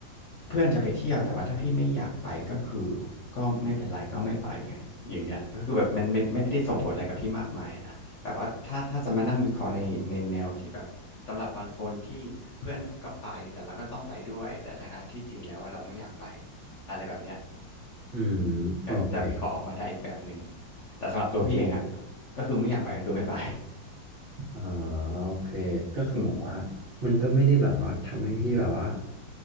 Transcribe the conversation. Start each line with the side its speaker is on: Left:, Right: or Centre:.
Left: เพื่อนจะไปเที่ยวแต่ว่าถ้าพี่ไม่อยากไปก็คือก็ไม่เป็นไรก็ไม่ไปไงอย่างเนี้ยก็คือแบบมันไม่ไม่ได้ส่งผลอะไรกับพี่มากมายนะแต่ว่าถ้าถ้าจะมานั่งวิเคราะห์ในในแนวที่แบบสำหรับบางคนที่เพื่อนก็ไปแต่เราก็ต้องไปด้วยแต่ทั้งทั้งที่จริงแล้วว่าเราไม่อยากไปอะไรแบบเนี้ย
Right: อืมโอเค
Left: ก็จะวิเคราะห์ออกมาได้อีกแบบหนึ่งแต่สำหรับตัวพี่เองอะก็คือไม่อยากไปก็คือไม่ไป
Right: อ่าโอเคก็คือแบบว่า
Left: <laughs> อืม
Right: มันก็ไม่ได้แบบว่าทำให้พี่แบบว่า